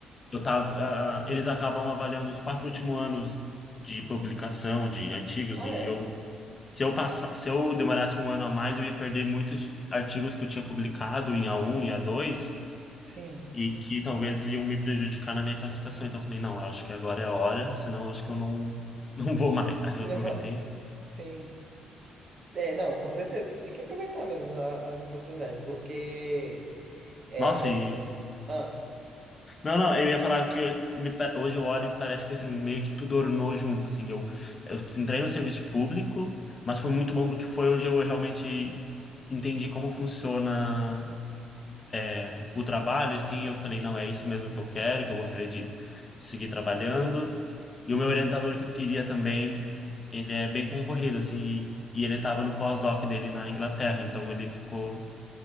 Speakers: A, on the left (about 30°); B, on the right (about 50°).
A: eu tava, ah, eles acabam avaliando os quatro últimos anos de publicação de artigos,
B: Ah,
A: e
B: é?
A: eu, se eu passar, se eu demorasse um ano a mais, eu ia perder muitos artigos que eu tinha publicado em a um e a dois
B: Sim.
A: e que talvez iam me prejudicar na minha classificação. Então eu falei, não, eu acho que agora é a hora, senão eu acho que eu não, <laughs> não vou mais. Aí
B: Não
A: eu aproveitei.
B: va- Sim. É, não, com certeza. Você tem que aproveitar mesmo a- as oportunidades, porque. É,
A: Nossa, e
B: é... Ah,
A: Não, não, eu ia falar que eu- me pa- hoje eu olho e parece que assim, meio que tudo ornou junto, assim, eu, eu entrei no serviço público, mas foi muito bom porque foi onde eu realmente entendi como funciona é, o trabalho, assim, e eu falei, não, é isso mesmo que eu quero, que eu gostaria de seguir trabalhando,
B: sim,
A: e
B: sim.
A: o meu orientador que eu queria também, ele é bem concorrido, assim, e, e ele estava no pós-doc dele na Inglaterra, então ele ficou